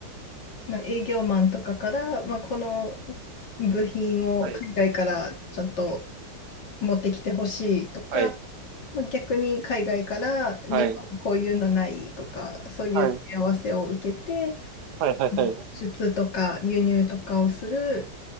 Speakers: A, on the left; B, on the right.
A: まあ、営業マンとかから、まあ、この部品を海外からちょっと
B: はい、
A: 持ってきてほしいとか、
B: はい、
A: まあ逆に海外から日本にこういうのないとか、
B: はい、
A: そういう問い合わせを受けて、
B: はい、はい、はい、
A: 輸出とか輸入とかをする、
B: はい、